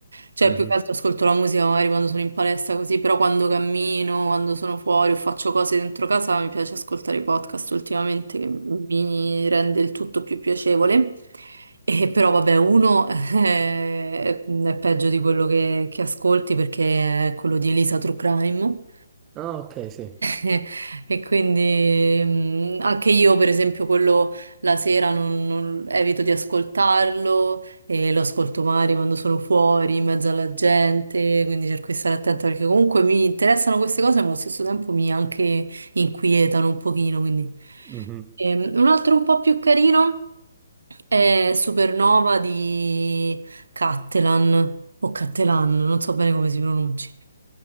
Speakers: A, on the right; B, on the right.
A: Cioè,
B: Mhm.
A: più che altro ascolto la musica magari quando sono in palestra così, però quando cammino, quando sono fuori o faccio cose dentro casa, mi piace ascoltare i podcast ultimamente, che mi rende il tutto più piacevole. E però vabbè, uno è, è peggio di quello che, che ascolti perché è quello di Elisa True Crime.
B: Ah, ok, sì.
A: Eh, E quindi mm, anche io, per esempio, quello la sera non, non- evito di ascoltarlo e lo ascolto magari quando sono fuori, in mezzo alla gente, quindi cerco di stare attenta perché comunque mi interessano queste cose, ma allo stesso tempo mi anche inquietano un pochino, quindi.
B: Mhm.
A: Ehm, un altro un po' più carino è Supernova di Cattelan o Cattelan, non so bene come si pronunci.